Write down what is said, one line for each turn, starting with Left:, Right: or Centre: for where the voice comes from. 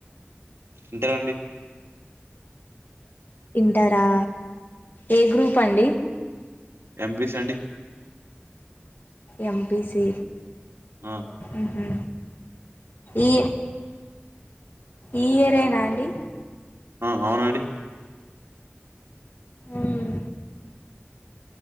Right: ఇంటర్ అండి
Left: ఇంటరా ఏ గ్రూప్ అండి
Right: ఎంపీసీ అండి
Left: ఎంపీసీ
Right: ఆ
Left: ఉహు ఈ ఈయరేనాండి
Right: ఆ అవునండి
Left: మ్